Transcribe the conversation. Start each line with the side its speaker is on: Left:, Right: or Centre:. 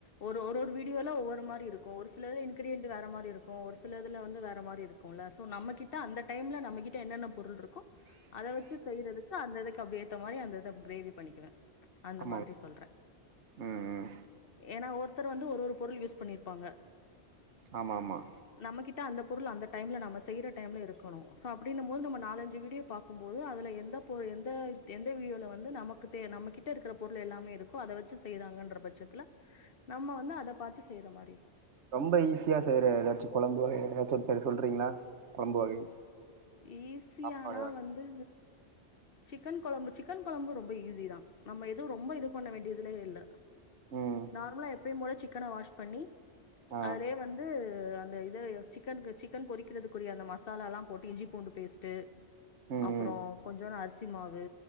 Left: ஒரு ஒரு ஒரு வீடியோல ஒவ்வொரு மாரி இருக்கு ஒரு சிலது இன்க்ரியன்ட் வேற மாரி இருக்கு ஒரு சில இதுல வந்து வேற மாரி இருக் குல்ல ஸோ நம்மகிட்ட அந்த டைம்ல நம்மகிட்ட என்னென்ன பொருள் இருக்கோ அத வச்சி செய்றதுக் கு அந்த இதுக்கு அப்டி ஏத்த மாரி அந்தந்த க்ரேவி பண்ணக்குவே அந்த
Right: ஆமா
Left: மாதிரி சொல்ற
Right: ம் ம்
Left: ஏனா ஒருத்தர் வந்து ஒரு ஒரு பொருள் யூஸ் பண்ணிருப்பாங்க
Right: ஆமா ஆமா
Left: நம்ம கிட்ட அந்த பொருள் அந்த டைம்ல நம்ம செய்ற டைம்ல இருக்கணு ஸோ அப்டின்ன போது நம்ம நாலஞ்சு வீடியோ பாக்குபோது அதுல எந்த பொருள் எந்த எந்த வீடியோல வந்து நமக்கு தே நம்ம கிட்ட இருக்குற பொருள் எல்லாமே இருக்கோ அத வச்சு செய்றாங்கன்ற பட்சத்துல நம்ம வந்து அத பாத்து செய்ற மாரி இருக்கு
Right: ரொம்ப ஈஸியா செய்ற ஏதாச்சு கொழம்பு வகை ஏதாச்சு இருந்தா எனக் சொல்றீங்ளா கொழம்பு வகை
Left: ஈஸியானா
Right: சாப்பாடு வகை
Left: வந்து சிக்கன் கொளம்பு சிக்கன் கொளம்பு ரொம்ப ஈஸி தா நம்ம எது ரொம்ப இது பண்ண வேண்டியதுல்லே இல்ல
Right: ம்
Left: நார்மலா எப்பயுபோல சிக்கன வாஷ் பண்ணி
Right: ஆ
Left: அதுலயே வந் து அந்த இது எ சிக்கன்க்கு சிக்கன் பொறிக்கறதுக்குரிய அந்த மசாலால்லா போட்டு இஞ்சி பூண்டு பேஸ்ட்டு
Right: ம்
Left: அப்பறோ
Right: ம்
Left: கொஞ்சோடு அரிசி மாவு